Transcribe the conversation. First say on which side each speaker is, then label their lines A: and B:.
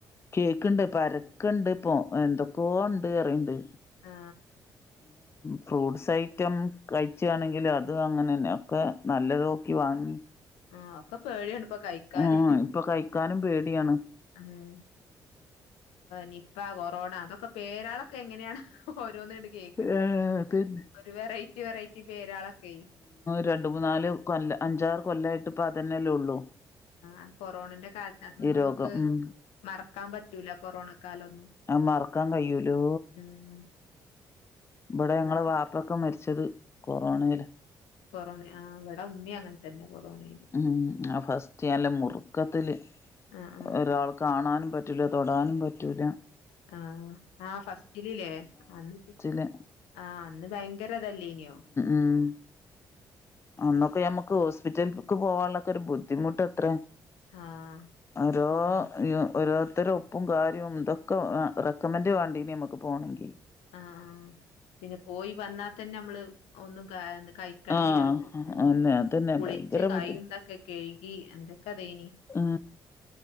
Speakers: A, on the left; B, on the left.
A: കേക്ക ഇണ്ട് പ അരക്കുണ്ട് ഇപ്പൊ എന്തൊക്കൊണ്ട് ഉണ്ട് കേറണ്ട്
B: ആ
A: ഫ്രൂട്ട്സ് ഐറ്റം കഴിച്ചാണെങ്കും അത് അങ്ങനെ തന്നെ ഒക്കെ നല്ലത നോക്കി വാങ്ങി
B: ആ ഒക്കെ പേടിയാണ് ഇപ്പൊ കൈ ക്കാന്
A: ആഹ് ഇപ്പൊ കഴിക്കാനും പേടിയാണ്
B: ഉം നിപ്പ കൊറോണ അതൊക്കെ പേരാളൊക്കെ എങ്ങനെയാണ് പോ ഓരോന്ന് കേക്കണ്
A: ഏഹ് അതന്നെ
B: ഒരു വെറൈറ്റി വെറൈറ്റി പേരാളൊക്കെ
A: രണ്ട് മൂനാല് കൊല്ല അഞ്ചാറ് കൊല്ലമായിട്ട് ഇപ്പ അതെനെല്ലേ ഉള്ളു
B: ആ കൊറോണന്റെ കാൽത്ത തുംനമ്മക്ക്
A: രോഗം ഉം
B: മറക്കാംപറ്റൂല കൊറോണക്കാലൊന്നും
A: അത് മറക്കാൻ കഴിയൂലോ
B: ഉം
A: ഇവടെ ഞങ്ങളെ
B: അതൊക്കെ
A: വാപ്പൊക്കെമരിച്ചത് കൊറോണെല
B: കൊറോണ ആ ഇവിടെ ഉമ്മി അങ്ങനെ തന്നെ കൊറോണയില്
A: ഉ ആ ഫസ്റ്റ്ല്ല മുറുക്കത്തില്
B: ആ ആ
A: ഒരാൾ കാണാനും പറ്റൂല തൊടാനും പറ്റൂല
B: ആ ആഫസ്റ്റിലല്ലേ അ <unintelligible>
A: ലെന
B: ആ അന്ന് ഭയങ്കരതല്ലേനോ
A: ഉം അന്നൊക്കെ ഞമ്മക്ക് ഹോസ്പിറ്റൽക്ക് പോവാള്ളക്കൊരു ബുദ്ധിമുട്ട്ത്ര
B: ആ
A: ഒരോ
B: ആ
A: ഒരു ഒരോ ഇത്തര ഒപ്പുംകാര്യം ഇതൊക്കെ റെക്കമെന്റ് വേണ്ടിനി മ്മക്ക് പോണെങ്കിൽ
B: ആ ആ പിന്നെ പോയി വന്നാതന്നെ മ്മള് ഒന്നും കായ കഴിക്കണങ്കില്
A: ആഹ്
B: ഉം
A: അന്നെ അതന്നെ
B: കുളിച്ച്
A: ഭയങ്കര
B: കൈന്തൊക്കെകഴുകി
A: ബുദ്ധി
B: എന്തൊക്കതേനി
A: ആ